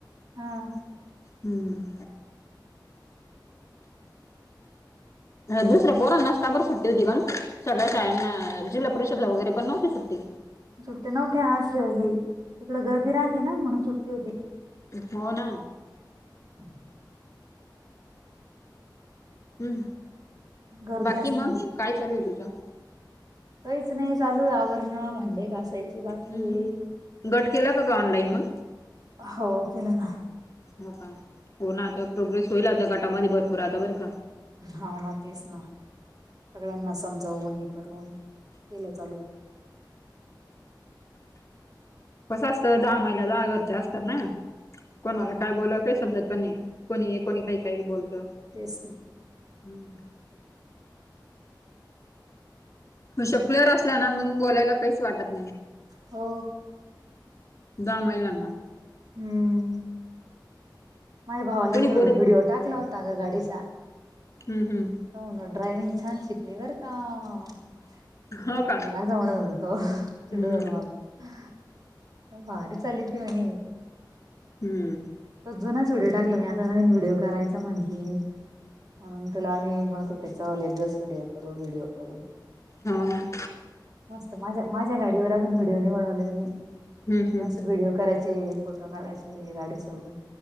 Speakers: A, on the right; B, on the left.
A: हां.
B: हम्म. दुसर्या पोरांना स का बर सुट्टी होती, सगळ्या शाळांना जिल्हा परिषदला वगैरे पण नव्हती सुट्टी.
A: सुट्टी नव्हती आज, हे इकड गर्दी राहते ना म्हणून सुट्टी होती.
B: हो ना.
A: <unintelligible>
B: हम्म,
A: गर्दी
B: बाकी
A: असते
B: मग
A: म्हणून
B: काय चालू आहे तुझं?
A: काहीच नाही चालूय आवरणं भांडे का घासाय ची बाकी
B: हम्म.
A: आहे
B: गट केला का ग ऑनलाईन मग?
A: हो केलं ना.
B: हो का हो ना आता प्रोग्रेस होईल आता गटामध्ये भरपूर आता बरं का.
A: हाव ना तेच ना सगळ्यांना समजावून हे करून केलं चालू.
B: कसं असतं दहा महिला दहा घरच्या असतात ना कोणावला
A: हा ना.
B: काय बोलवं. ते समजत पण नाही कोणी हे कोणी काही काही बोलतं.
A: तेच म
B: हम्म. शकलेवर असला ना मग बोलायला काहीच वाटत नाय.
A: हो
B: दहा महिलांना
A: हम्म. माझ्या भावाला
B: कोणी
A: मी विडी
B: बोलत
A: व्हिडिओ टाकला होता गं गाडीचा.
B: हम्म हम्म.
A: <unintelligible> ड्रायविंग छान शिकली बरं का. <unintelligible> होत
B: हो का?
A: तो
B: हम्म
A: चिडू जातो माझा. भारी चालली ती मणी.
B: हम्म.
A: तर जुनच व्हिडिओ टाकला मी आता नवीन व्हिडिओ करायचा म्हणते मी म्हणून तुला आम्ही म्हणत होते
B: हम्म
A: चल एक दिवस व्हिडिओ करू व्हिडिओ करू.
B: हाव ना.
A: मस्त माझ्या माझ्या गाडीवर अजून व्हिडिओ नी बनवलं मी
B: हम्म हम्म
A: मला अशी व्हिडिओ कराय चे फोटो काढयचे गाडी सोबत.